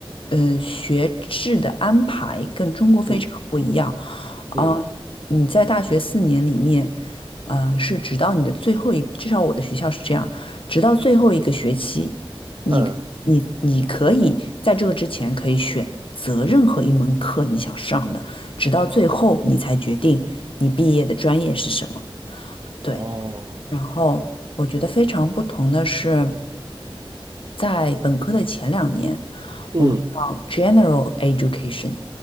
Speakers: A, on the left (about 65°); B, on the right (about 45°).
A: 呃，学制的安排跟中国非常不一样。
B: 嗯，嗯，
A: 嗯，你在大学四年里面，呃，是直到你的最后一，至少我的学校是这样，直到最后一个学期。你你你可以在这个之前可以选择任何一门课你想上的，
B: 呃，
A: 直到最后你才决定你毕业的专业是什么。对。
B: 哦
A: 然后我觉得非常不同的是，在本科的前两年，
B: 嗯，
A: 我们叫 general education，